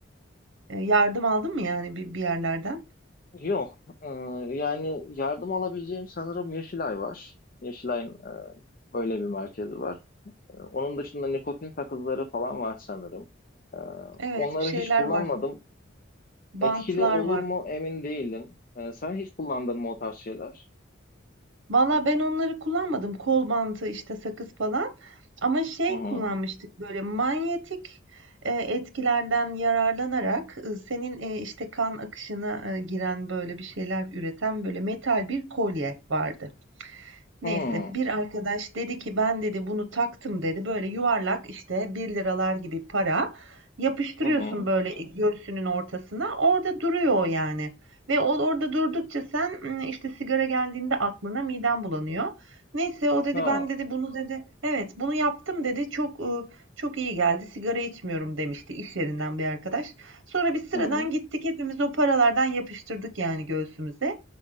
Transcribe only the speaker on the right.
E, yardım aldın mı yani bir, bir yerlerden?
Evet,
bir şeyler
var. Bantlar
var.
Valla ben onları kullanmadım. Kol bantı işte sakız falan. Ama şey
kullanmıştık böyle manyetik e, etkilerden yararlanarak e, senin e, işte kan akışına e, giren böyle bir şeyler üreten böyle metal bir kolye vardı. Neyse
bir arkadaş dedi ki ben dedi bunu taktım dedi. Böyle yuvarlak işte bir liralar gibi para yapıştırıyorsun
böyle göğsünün ortasına. Orada duruyor o yani. Ve o orada durdukça sen ım, işte sigara geldiğinde aklına miden bulanıyor. Neyse o dedi
ben dedi bunu dedi evet bunu yaptım dedi çok ıı, çok iyi geldi sigara içmiyorum demişti iş yerinden bir arkadaş. Sonra biz sıradan
gittik hepimiz o paralardan yapıştırdık yani göğsümüze.